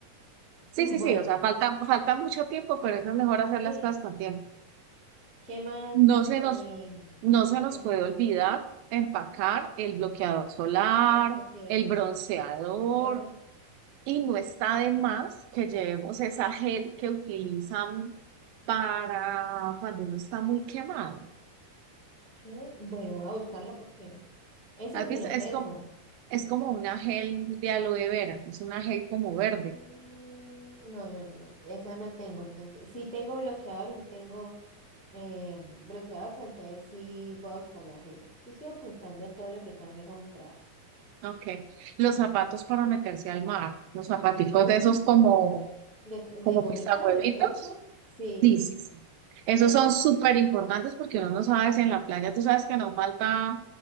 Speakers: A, on the right; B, in the centre.
A: Sí,
B: Bueno.
A: sí, sí, o sea, falta, falta mucho tiempo, pero es mejor hacer las
B: Sí,
A: cosas con tiempo.
B: ¿qué más?
A: No se
B: Em,
A: nos, no se nos
B: ay,
A: puede olvidar empacar el bloqueador solar,
B: eso te iba
A: el
B: a decir.
A: bronceador,
B: Ador-
A: Y no está de más que llevemos esa gel que utilizan para cuando uno está muy quemado.
B: eh, Bueno, voy a buscarla porque esa
A: ¿Has
B: sí
A: visto?
B: no
A: Es
B: tengo.
A: como, es como una gel de aloe vera, es una gel como verde.
B: Mm, No, no, no, no, esa no tengo. Entonces, sí tengo bloqueador y sí tengo em, bronceador, pero entonces sí voy a buscar la gel. Yo estoy apuntando todo lo que tengo que comprar.
A: Okay. Los zapatos para meterse al mar, los zapaticos
B: Ujú.
A: de esos como,
B: De,
A: como
B: de gomita,
A: pisahuevitos.
B: de caucho, sí,
A: Sí, sí, sí. Esos
B: eso,
A: son súper importantes porque uno no sabe si en la playa, tú sabes que no falta